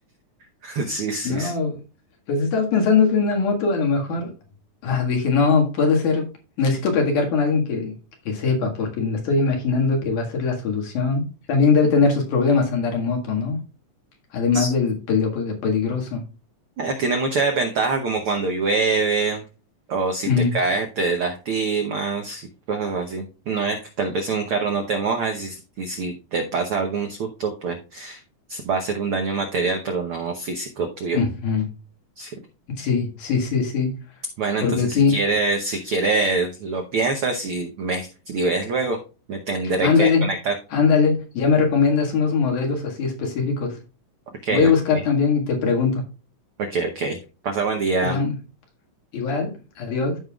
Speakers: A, on the right; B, on the left.
A: <laughs> Sí, sí.
B: No, pues estaba pensando que una moto a lo mejor. Ah, dije, no, puede ser. Necesito platicar con alguien que, que sepa, porque me estoy imaginando que va a ser la solución. También debe tener sus problemas andar en moto, ¿no? Además
A: sí.
B: del pele- pe- peligroso.
A: Eh, tiene muchas desventajas, como cuando llueve, o si
B: Mm,
A: te caes, te lastimas, y cosas así. No es que tal vez en un carro no te mojas, y, y si te pasa algún susto, pues va a ser un daño material, pero no físico tuyo.
B: ujú.
A: sí.
B: Sí, sí, sí, sí.
A: Bueno,
B: Porque
A: entonces
B: aquí.
A: si quieres, si quieres, lo piensas y me escribes luego. Me tendré
B: Ándale,
A: que desconectar.
B: ándale. Ya me recomiendas unos modelos así específicos.
A: Ok,
B: Voy a buscar
A: ok,
B: también y te pregunto.
A: ok, ok. Pasa buen día.
B: Quedamos igual. Adiós.